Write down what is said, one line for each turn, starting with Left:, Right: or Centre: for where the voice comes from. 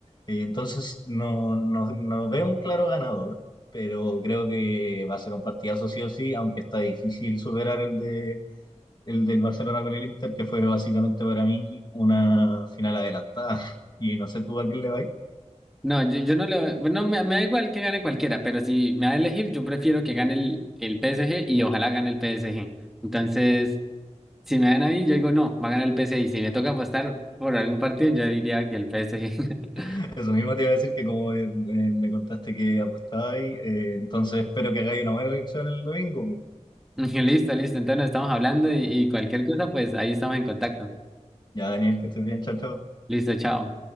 Left: Eh, entonces, no, no, no veo un claro ganador, pero creo que va a ser un partidazo sí o sí, aunque está difícil superar el de, el del Barcelona con el Inter, que fue básicamente para mí una final adelantada. <laughs> Y no sé tú a quién le vais.
Centre: No, yo, yo no le voy, bueno, me, me da igual que gane cualquiera, pero si me va a elegir, yo prefiero que gane el, el PSG y ojalá gane el PSG. Entonces, si me dan a mí, yo digo, no, va a ganar el PSG. Y si me toca apostar por algún partido, yo diría que el PSG. <laughs>
Left: <laughs> Eso mismo te iba a decir que como eh, eh, me contaste que apostabais, eh, entonces espero que hagáis una buena elección el domingo. pues.
Centre: <laughs> Listo, listo. Entonces nos estamos hablando y, y cualquier cosa, pues ahí estamos en contacto.
Left: Ya, Daniel, que estés bien, chao, chao.
Centre: Listo, chao.